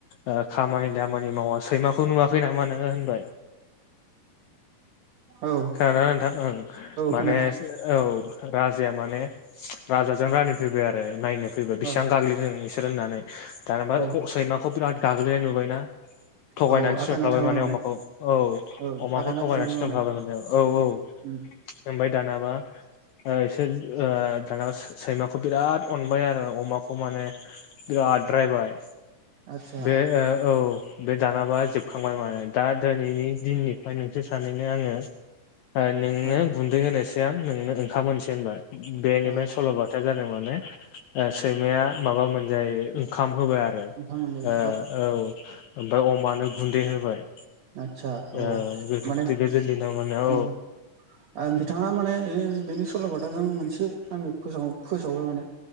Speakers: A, on the left; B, on the right.
A: ओ खामानि दामानि मावा सैमाखौ नुवाखै नामा नोङो होनबाय
B: ओ
A: खाना नोंथां ओं
B: औ
A: माने
B: खोनादों
A: औ राजया माने राजाजों रानि फैबायआरो नायनो। फैबाय बिसिबां
B: ओ
A: गाग्लिदों नोंसोर होननानै दानाबा
B: औ
A: अ सैमाखौ बिराद गाग्लिनाय नुबायना थगायनानै
B: औ
A: थिनहरप्लाबाय
B: आगाना थाबाय
A: माने अमाखौ औ
B: औ
A: अमाखौ
B: आगाना
A: थगायनानै
B: थालांबाय
A: होनफाबायमोनलै
B: माने
A: औ औ
B: उम
A: ओमफ्राय दानाबा इसोर ओ दाना सैमाखौ बिराद अनबाय आरो अमाखौ माने बिराद बाद्रायबाय
B: आदसा
A: बे ओ औ बे दानाबा जोबखांबाय माने, दा दिनैनि दिननिफ्राय नोंसोर सानैनो आङो नोंनो
B: औ
A: गुन्दै होनोसै आं नोंनो ओंखाम होनोसै होनबाय बेनिफ्राय
B: ओ
A: सल'बाथा या जादों माने सैमाया माबा मोनजायो ओंखाम होबाय आरो ओ
B: ओंखाम मोनजायो
A: औ ओमफ्राय अमानो गुन्दै होबाय।
B: आस्सा औ
A: ओ गोदोनि
B: माने
A: दिनाव माने औ
B: उम बिथाङा माने बे बेनि सल'बाथाजों मोनसे आङो फोसाव-फोसाबाय माने